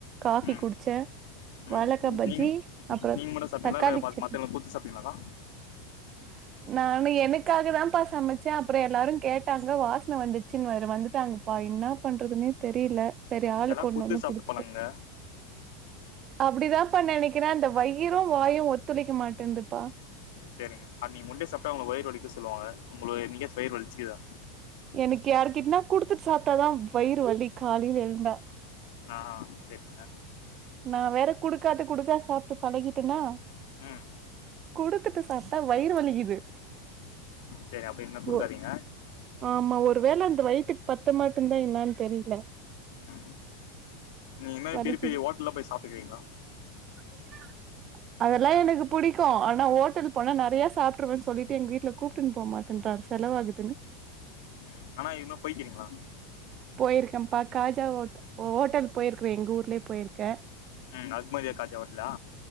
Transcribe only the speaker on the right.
காஃபி
குடிச்ச
வாழக்கா பஜ்ஜி
அப்றோ
தக்காளி
சட்னி
<inaudible> நானு எனக்காக தாப்பா சமைச்சே அப்றோ எல்லாரு கேட்டாங்க வாசன வந்துச்சுனு வர வந்துட்டாங்க அப்பா என்ன பண்றதுன்னே தெரியல செரி ஆளுக்கு
ஒன்னு
ஒன்னு
குடுத்துட்டே
அப்டிதாப்பா நெனைக்கிறே அந்த வயிரு வாயு ஒத்துழைக்க மாட்டேன்ந்துப்பா
எனக்கு யாருக்கிட்டனா குடுத்துட்டு சாப்ட்டாதா வயிறு வலி காலைல எழுந்தா
நா வேற குடுக்காது குடுத்தா சாப்ட்டு பழகிட்டேனா
குடுத்துட்டு சாப் பிட்டா வயிறு வலிக்குது
ஒ ஆமா ஒருவேள அந்த வயித்துக்கு பத்த மாட்டுன்தா என்னானு தெரியல
வலிக்குது
<inaudible> அதெல்லா எனக்கு புடிக்கு ஆனா ஓட்டல் போனா நெறையா சாப்ட்ருவேன்னு சொல்லிட்டு எங்க வீட்ல கூட்டுன்னு போக மாட்டேன்றாரு செலவாகுதுன்னு
போயிருக்கேப்பா காஜா ஓட் ஓட்டல் போயிருக்குறே எங்க ஊர்லயே போயிருக்கே